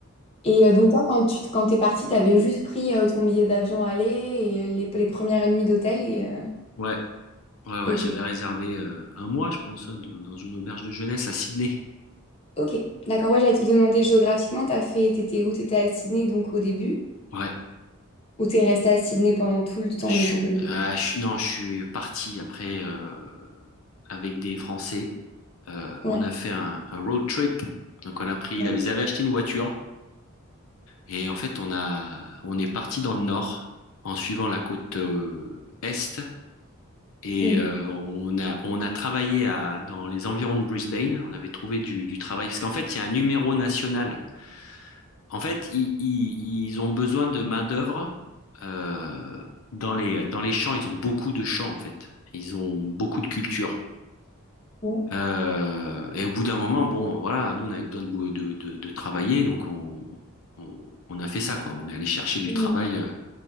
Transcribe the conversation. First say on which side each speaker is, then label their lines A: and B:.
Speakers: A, on the left (about 25°); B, on the left (about 65°).
A: Et euh, donc toi, quand tu quand t'es partie, t'avais juste pris euh, ton billet d'avion aller et les, les premières nuits d'hôtel et euh,
B: Ouais, ouais, ouais.
A: ok,
B: J'avais réservé euh, un mois, je pense, hein, de- dans une auberge de jeunesse à Sydney.
A: ok, d'accord. Ouais, j'allais te demander géographiquement, t'as fait, t'étais où? T'étais à Sydney donc au début
B: Ouais.
A: ou t'es restée à Sydney pendant tout le temps
B: Je,
A: de
B: suis-
A: ton pays?
B: ah, je suis- non, je suis parti après euh, avec des Français. Euh,
A: Ouais,
B: on a fait un, un road trip. Donc on a pris, ils
A: ouais.
B: avaient ils avaient acheté une voiture et en fait on a, on est parti dans le nord en suivant la côte euh, est et
A: Mhm.
B: euh, on a, on a travaillé à, dans les environs de Brisbane. On avait trouvé du, du travail parce qu'en fait il y a un numéro national En fait, i- i- ils ont besoin de main-d'œuvre euh, dans les, dans les champs. Ils ont beaucoup de champs, en fait. Ils ont beaucoup de culture.
A: Ouais,
B: Euh, et au bout d'un moment, bon, voilà, nous, on avait besoin de, bou- de, de- de travailler, donc on, on, on a fait ça, quoi. On est allé chercher du
A: mm,
B: travail euh,